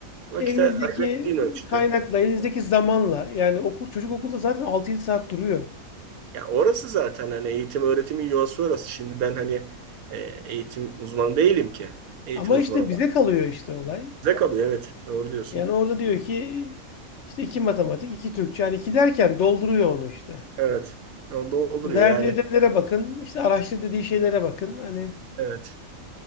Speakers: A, on the right; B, on the left.
A: vakit
B: Elinizdeki
A: ayırabildiğin ölçüde.
B: kaynakla, elinizdeki zamanla yani okul çocuk okulda zaten altı yedi saat duruyor.
A: Ya orası zaten hani eğitim öğretimin yuvası orası. Şimdi ben hani e, eğitim uzmanı değilim ki. Eğitim
B: Ama
A: uzmanı
B: işte
A: var.
B: bize kalıyor işte olay.
A: Bize kalıyor evet. Doğru diyorsun.
B: Yani orada diyor ki işte iki matematik, iki Türkçe. Yani iki derken dolduruyor onu işte.
A: Evet. Onu dolduruyor
B: İşte verdiği
A: yani.
B: ödevlere bakın, işte araştır dediği şeylere bakın. Hani
A: Evet.